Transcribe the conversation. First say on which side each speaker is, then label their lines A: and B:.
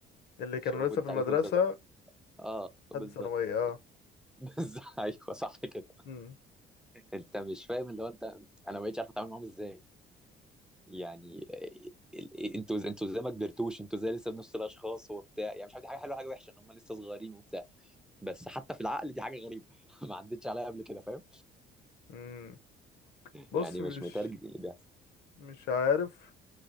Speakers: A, on the left; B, in the centre.
A: اللي
B: الشباب
A: كانوا لسه
B: وانت
A: في المدرسة
B: عارف وانت ز- اه بالظبط
A: حد ثانوية اه
B: <laughs> بس ايوه صح كده
A: مم.
B: انت مش فاهم اللي هو انت انا ما بقتش عارف اتعامل معاهم ازاي يعني آه، ال- انتوا انتوا زي ما كبرتوش انتوا زي لسه بنفس الاشخاص وبتاع يعني مش عارف دي حاجه حلوه حاجه وحشه ان هم لسه صغيرين وبتاع بس حتى في العقل دي حاجه غريبه <laughs> ما عدتش عليا قبل كده فاهم
A: مم. بص
B: يعني
A: مش
B: مش مترجم اللي بيحصل
A: مش عارف